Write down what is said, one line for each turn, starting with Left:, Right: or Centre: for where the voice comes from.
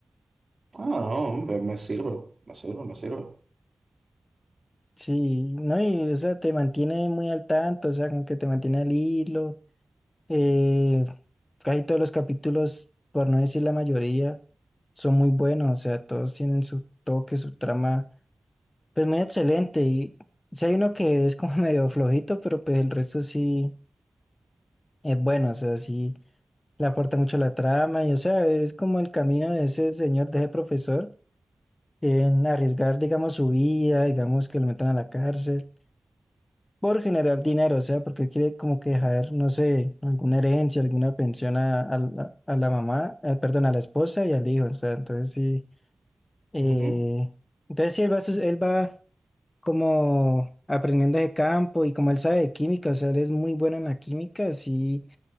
Right: Ah, no, me, me sirve, me sirve, me sirve.
Left: Sí, no, y o sea, te mantiene muy al tanto, o sea, como que te mantiene al hilo. Eh, casi todos los capítulos, por no decir la mayoría, son muy buenos, o sea, todos tienen su toque, su trama, pues muy excelente. Y si hay uno que es como <laughs> medio flojito, pero pues el resto sí es bueno, o sea, sí le aporta mucho a la trama y, o sea, es como el camino de ese señor, de ese profesor, en arriesgar, digamos, su vida, digamos, que lo metan a la cárcel. por generar dinero, o sea, porque quiere como que dejar, no sé, alguna herencia, alguna pensión a, a la a la mamá, eh, perdón, a la esposa y al hijo, o sea, entonces sí, eh,
Right: Ujú.
Left: entonces sí, él va, sus- él va como aprendiendo de campo y como él sabe de química, o sea, él es muy bueno en la química, sí,